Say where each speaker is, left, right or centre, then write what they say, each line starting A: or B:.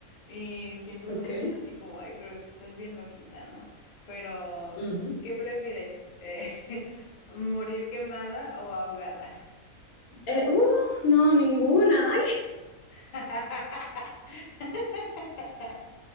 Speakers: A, on the left; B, on the left.
A: y siempre
B: Ok.
A: me dicen así como, ay, pero estás bien loquita, ¿no? Pero,
B: ujú.
A: ¿qué prefieres? Eh, <laughs> ¿morir quemada o ahogada?
B: Eh, uh, no, ninguna.
A: <laughs>